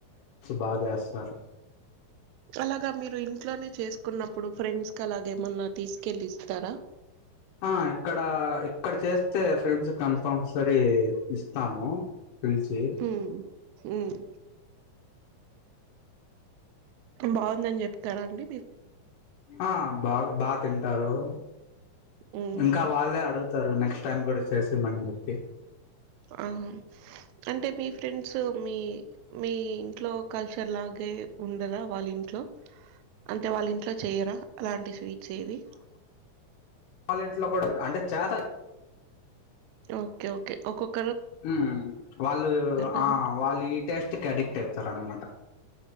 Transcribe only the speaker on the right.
అలాగా మీరు ఇంట్లోనే చేసుకున్నప్పుడు, ఫ్రెండ్స్ క అలాగ ఏమన్నా తీసుకెళ్ళలిస్తారా?
ఉమ్ ఉమ్. బాఉంది అన్నీ, జేప్తాడుండి?
హ్మ్
ఆహా, అంటే మీ ఫ్రెండ్స్ మీ. మీ ఇంట్లో కల్చర్ లాగే ఉండదా వాళ్ళ ఇంట్లో? అంటే వాళ్ల ఇంట్లో చేయరా అలాంటి స్వీట్? చేవి.
Okay, okay ఓకక్.
కాబట్టి